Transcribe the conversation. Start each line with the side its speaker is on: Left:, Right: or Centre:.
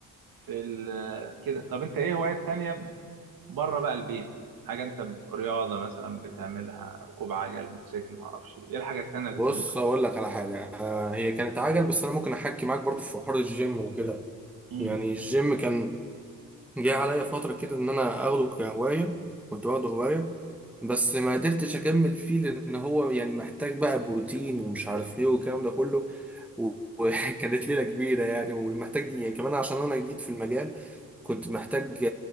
Right: في ال- آه، كده طب انت ايه هوايات تانية بره بقى البيت حاجه انت ب- رياضه مثلا بتعملها ركوب عجل موتوسيكل ما اعرفش ايه الحاجه التانية اللي
Centre: بص
Right: انت ممكن
Centre: اقول
Right: تبقى
Centre: لك على حاجة آه، هي كانت عجل بس انا ممكن احكي معاك برضو في حوار الجيم وكده
Right: امم
Centre: يعني الجيم كان جه عليا فترة كده إن أنا أخده كهواية كنت واخده هواية بس ما قدرتش أكمل فيه لأن هو يعني محتاج بقى بروتين ومش عارف إيه والكلام ده كله و- <laughs> وكانت ليلة كبيرة يعني ومحتاج يعني كمان عشان أنا جديد في المجال كنت محتاج